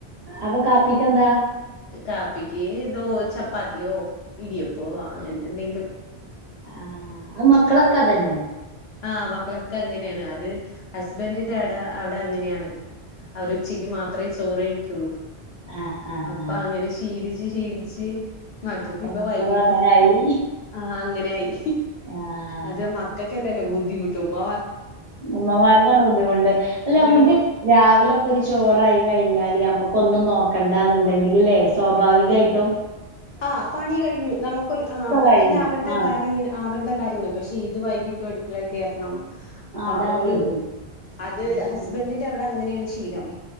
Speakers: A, on the right; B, on the left.
A: അപ്പൊ കാപ്പിക്കെന്താ
B: കാപ്പിക്ക് ദോ ചപ്പാത്തിയോ ഇടിയപ്പോ അങ്ങനത്തെ എന്തെങ്കിലും
A: ആ അത് മക്കളൊക്കതന്നെ
B: ആ മക്കളൊക്കെ അങ്ങനെയാണ് അത് ഹസ്ബൻഡിന്റെ അട അവിടെ അങ്ങനെയാണ് അവരു ഉച്ചക്ക് മാത്രമേ ചോറ് കഴിക്കുള്ളൂ
A: ആഹ് ആഹ്
B: അപ്പൊ
A: ആഹ്
B: അങ്ങനെ ശീലി ലിച്ച് ശീലിച്ച് മക്കക്ക്
A: അപ്പൊ
B: ഇപ്പൊ
A: മക്കളും
B: വൈകിട്ടും
A: അങ്ങനായി
B: ആ അങ്ങനെയായി
A: ആഹ്
B: അത് മക്ക ബുദ്ധിമുട്ടും മാ
A: ഉമ്മാമാർക്കാണ് ബുദ്ധിമുണ്ട് അല്ല
B: ഏഹ്
A: നമ്മുക്ക് രാവിലെപ്പൊ ഒരു ചോറായി കഴിഞ്ഞാല് നമ്മക്ക് ഒന്നും നോക്കണ്ടന്നുണ്ടെങ്കിൽല്ലേ സ്വാഭാവികയിട്ടും
B: ഏ ആ പണി കഴിഞ്ഞു നമുക്കൊരു ആ
A: കഴിഞ്ഞു
B: പിന്നെ അവരുടെ
A: ആഹ്
B: കാര്യങ്ങ അവരുടെ കാര്യങ്ങൾ പക്ഷെ ഇത് വൈകിട്ട് അടുക്കളേ കേറണം അപ്പൊ
A: അതാണ്
B: ആ ഒരു
A: ഗതികേട്
B: അത്
A: ആഹ് ബുദ്ധിമു
B: ഹസ്ബൻറിന്റെ അവിടെ അങ്ങനെയാണ് ശീലം